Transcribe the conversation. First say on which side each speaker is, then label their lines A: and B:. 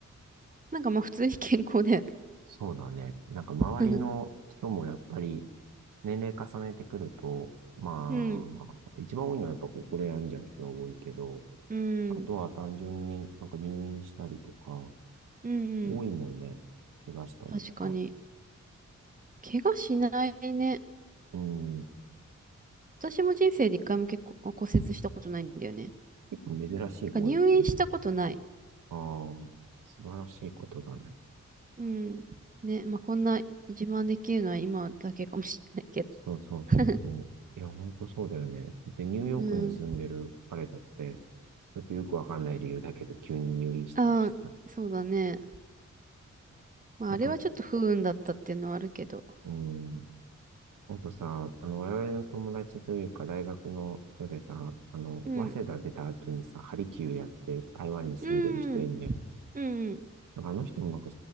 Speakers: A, on the right (about 25°); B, on the right (about 80°).
A: なんかまあ普通に健康だよね。
B: そうだね。なんか周りの人もやっぱり
A: <laughs>
B: 年齢重ねてくると、まあ、
A: うん、
B: 一番多いのはやっぱ心病んじゃう人は多いけど、
A: うん、
B: あとは単純になんか入院したりとか、
A: うん、うん。
B: 多いもんね。怪我したりとか。
A: 確かに。怪我しないね。
B: うん。
A: 私も人生で一回も結構骨折したことないんだよね。
B: 結構珍しい方だと思う。
A: なんか入院したことない。
B: ああ、素晴らしいことだね。
A: うん。ね、まあこんな自慢できるのは今だけかもしれないけど。
B: そうそうそうそう。
A: <laughs>
B: いや、ほんとそうだよね。で、ニューヨークに住んでる彼だって、
A: うん。
B: ちょっとよくわかんない理由だけど、急に入院したとしたら。
A: ああ、そうだね。まああれはちょっと不運だったっていうのはあるけど。
B: あと、うん。あとさ、あの、我々の友達というか、大学の人でさ、あの、
A: うん。
B: 早稲田出た後にさ、ハリキューやって台湾に住んでる人いんじゃん。
A: うん。うん。
B: なんかあの人もなんか、